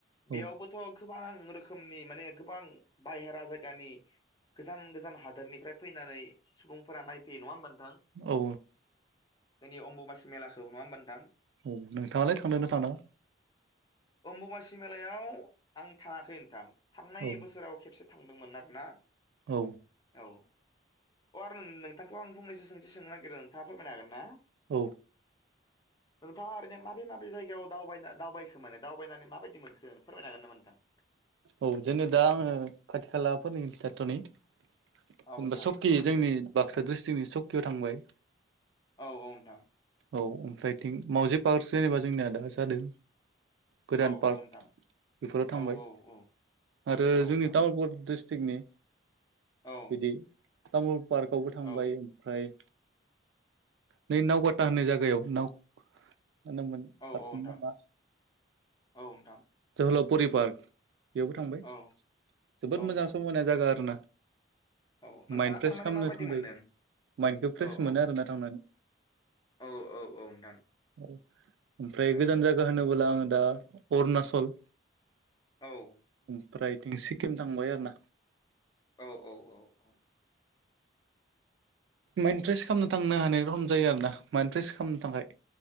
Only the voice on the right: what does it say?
औ
औ।
औ नोंथाङालाय थांदोंना थांनामा?
औ
औ।
औ।
औ जेननो दा आङो खाथि खालाफोरनि खिथाथ'नि। जेनेबा
सकि
जोंनि बाक्सा द्रिस तिकनि सकियाव थांबाय।
औ ओमफ्राय थिं मावजि पार्क जेनेबा जोंनिया दा जादों। गोदान
पार्क
बेफोराव थांबाय।
आरो
जोंनि तामुलपुर स्ट्रि टिगनि
बिदि थामुल पार्कआवबो थांबाय।
ओमफ्राय नै नावकाता होननाय जायगायाव नाव मा नाम मोन
पार्कनि
नामा
जोहोलाव फुरि पार्क। बेयावबो थांबाय
जोबोद
मोजां समायना जायगा आरोना।
माइन्द फ्रेस
खालामनो
थांजायो
माइन्दखौ फ्रेस
मोनो
आरोना थांनानै
औ ओमफ्राय
गोजान जागा होनोबला आङो दा अरुणाचल।
ओमफ्रायथिं सिक्किम थांबाय आरो ना
माइन्द फ्रेस खामनो थांनो हानाय रखम जायो आरो ना माइन्द फ्रेस खामनो थाखाय